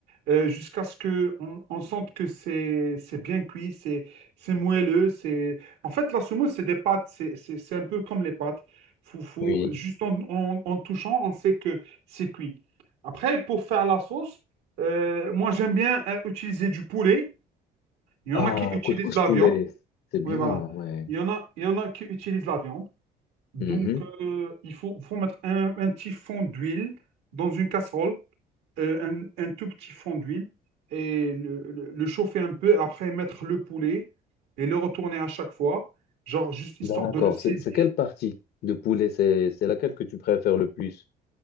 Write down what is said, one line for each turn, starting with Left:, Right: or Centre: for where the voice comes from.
Right: euh, jusqu'à ce que on, on sente que c'est c'est bien cuit, c'est c'est moelleux. c'est En fait, la semoule, c'est des pâtes, c'est c'est- c'est un peu comme les pâtes. Faut, faut,
Left: Oui.
Right: juste en, en- en touchant, on sait que c'est cuit. Après, pour faire la sauce, euh, moi j'aime bien euh, utiliser du poulet. Il y
Left: Ah,
Right: en a qui utilisent
Left: couscous
Right: la
Left: poulet.
Right: viande.
Left: C'est bien,
Right: Oui, voilà.
Left: ouais.
Right: Il y en a, il y en a qui utilisent la viande. Donc,
Left: Mhm.
Right: euh, il faut, faut mettre un, un petit fond d'huile dans une casserole, euh, un, un tout petit fond d'huile, et le, le- le chauffer un peu, après mettre le poulet et le retourner à chaque fois, genre juste histoire
Left: D'accord.
Right: de le saisir.
Left: C'est c'est quelle partie de poulet? C'est c'est laquelle que tu préfères le plus?